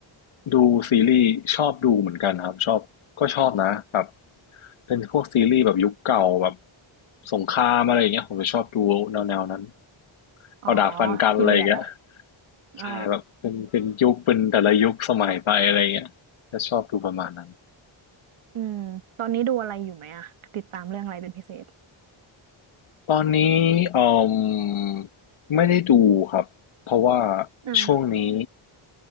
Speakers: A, on the left; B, on the right.
A: ดูซีรีส์ชอบดูเหมือนกันครับชอบก็ชอบนะแบบเป็นพวกซีรีส์แบบยุคเก่าแบบสงครามอะไรอย่างเงี้ยผมจะชอบดูแนวๆนั้น
B: อ๋อ
A: เอาดาบฟันกันอะไรอย่างเงี้ย
B: พีเรียดอะอ๋อ
A: อ่าแบบเป็นเป็นยุคเป็นแต่ละยุคสมัยไปอะไรอย่างเงี้ยจะชอบดูประมาณนั้น
B: อืมตอนนี้ดูอะไรอยู่ไหมอะติดตามเรื่องอะไรเป็นพิเศษ
A: ตอนนี้เอ่อไม่ได้ดูครับเพราะว่า
B: อ่า
A: ช่วงนี้